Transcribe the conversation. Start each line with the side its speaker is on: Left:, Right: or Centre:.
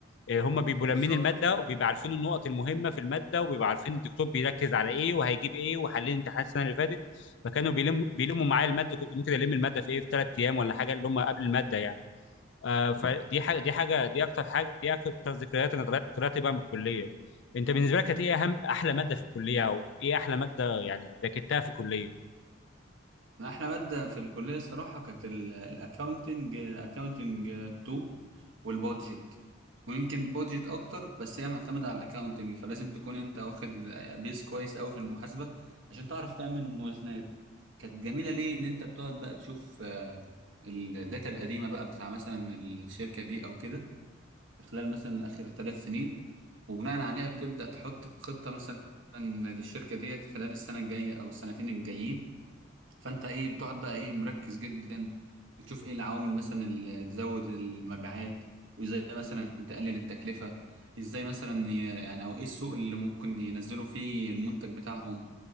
Left: آه، هم بيبقوا
Right: بالظبط
Left: لامين الماده وبيبقوا عارفين النقط المهمه في الماده وبيبقوا عارفين الدكتور بيركز على ايه وهيجيب ايه وحلين امتحانات السنه اللي فاتت فكانوا بيلم بيلموا معايا الماده كنت ممكن الم الماده في ايه في ثلاث ايام ولا حاجه اللي هم قبل الماده يعني آه فدي حاجه دي حاجه دي اكتر حاجه دي اكتر ذكريات انا طلعت طلعت بقى من الكليه انت بالنسبه لك كانت ايه اهم احلى ماده في الكليه او ايه احلى ماده يعني ذاكرتها في الكليه
Right: ما احنا مادة في الكلية الصراحة كانت الاكاونتنج اكاونتنج 2 والبودجت ويمكن بودجت اكتر بس هي معتمدة على الاكاونتنج فلازم تكون انت واخد بيز كويس قوي في المحاسبة عشان تعرف تعمل موازنات كانت جميلة ليه ان انت بتقعد بقى تشوف آه، الداتا القديمة بقى بتاع مثلا الشركة دي او كده خلال مثلا اخر ثلاث سنين وبناء عليها بتبدأ تحط خطة مثلا للشركة ديت خلال السنة الجاية او السنتين الجايين فانت ايه بتقعد بقى ايه مركز جدا بتشوف ايه العوامل مثلا اللي تزود المبيعات وازاي مثلا تقلل التكلفة ازاي مثلا ي- يعني او ايه السوق اللي ممكن ينزلوا فيه المنتج بتاعهم